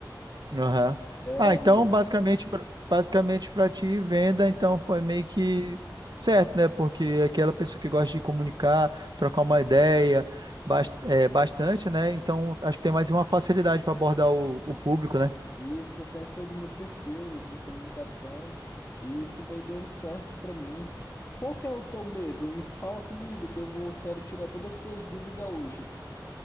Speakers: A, on the right; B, on the left.
A: Aham.
B: Era
A: Ah, então
B: eu.
A: basicamente pra- basicamente para ti venda então foi meio que certo, né? Porque é aquela pessoa que gosta de comunicar, trocar uma ideia, bas- é, bastante, né? Então acho que tem mais uma facilidade para abordar o, o público, né?
B: E isso sempre foi do meu perfil de comunicação e isso veio dando certo pra mim. Qual que é o teu medo? Me fala comigo, eu vou, quero tirar todas as tuas dúvidas hoje.